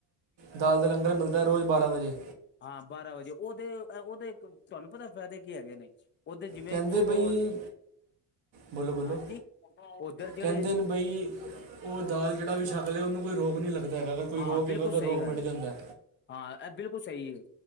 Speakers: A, on the right (about 65°); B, on the left (about 25°).
A: ਦਾਲ ਦਾ ਲੰਗਰ ਮਿਲਦੈ ਰੋਜ਼ ਬਾਰ੍ਹਾਂ ਵਜੇ
B: ਹਾਂ ਬਾਰਾਂ ਵਜੇ ਉਹਦੇ ਉਹਦੇ ਤੁਹਾਨੂੰ ਪਤਾ ਫਾਇਦੇ ਕੀ ਹੈਗੇ ਨੇ। ਓਦੇ ਜਿਵੇਂ
A: ਕਹਿੰਦੇ
B: ਉਹ
A: ਬਈ ਬੋਲੋ ਬੋਲੋ
B: ਹਾਂਜੀ, ਓਧਰ ਜਿਹੜੇ
A: ਕਹਿੰਦੇ ਨੇ ਬਈ ਉਹ ਦਾਲ ਜਿਹੜਾ ਵੀ ਛਕ ਲਏ, ਉਹਨੂੰ ਕੋਈ ਰੋਗ ਨਹੀਂ ਲੱਗਦਾ ਹੈਗਾ, ਅਗਰ ਕੋਈ
B: ਹਾਂ
A: ਰੋਗ
B: ਬਿਲਕੁਲ
A: ਹੈਗਾ ਉਹਦਾ
B: ਸਹੀ
A: ਰੋਕ
B: ਗੱਲ
A: ਮਿਟ
B: ਹੈ
A: ਜਾਂਦਾ
B: ਹਾਂ ਇਹ ਬਿਲਕੁਲ ਸਹੀ ਹੈ,